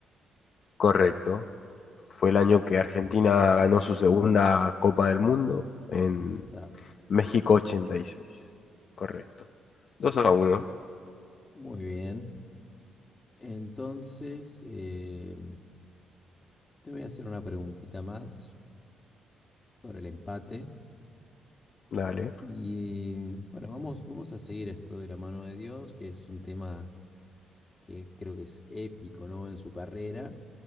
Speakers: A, on the left (about 55°); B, on the left (about 30°).
A: Correcto. Fue el año que Argentina
B: Ujú,
A: ganó su segunda Copa del Mundo en
B: Exacto.
A: México ochenta y seis Correcto. dos a uno
B: Muy bien. Entonces, eh, te voy a hacer una preguntita más por el empate.
A: Dale.
B: Y bueno, vamos, vamos a seguir esto de la mano de Dios, que es un tema que creo que es épico, ¿no? En su carrera.